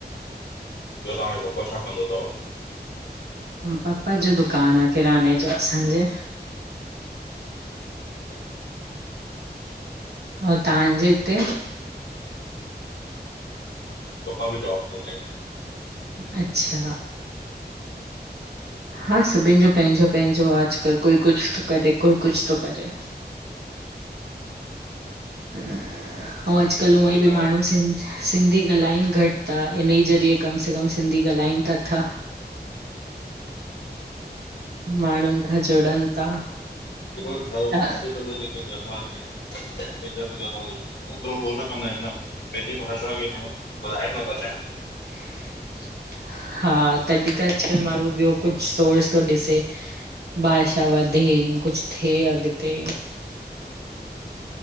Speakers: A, on the left; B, on the right.
A: बयो तंहाॼो पप्पा छा कंदो तव्?
B: पप्पा जो दुकान आ किराने जो असांजे और तहांजे इते?
A: पप्पा भी जॉप कंदा आहेन
B: अच्छा हा सभीन जो पहिंजो पहिंजो आ अजकल कोई कुछ थो करे कोई कुछ थो करे अउ अॼुकल्ह हूअईं
A: उहे
B: भी
A: त आहिनि।
B: माणू सिन सिंधी गालाइन घट था इन ई जरिए कम से कम सिंधी गालाइन तथां माणून खां जुड़न था
A: अजुकल्ह घर
B: त
A: अजकल जेके घर वारा आहिन चाहे कहिंजा भी घर वारो ओतरो उहो न कमाइंदा पहिंजी भाषा खे न वधाण लाथा चाहेन
B: <unintelligible> हा तॾहिं त अॼुकल्ह माण्हू ॿियो कुझ सोर्स थो ॾिसे भाषा वधे कुझु थिए अॻिते
A: चाहिनि।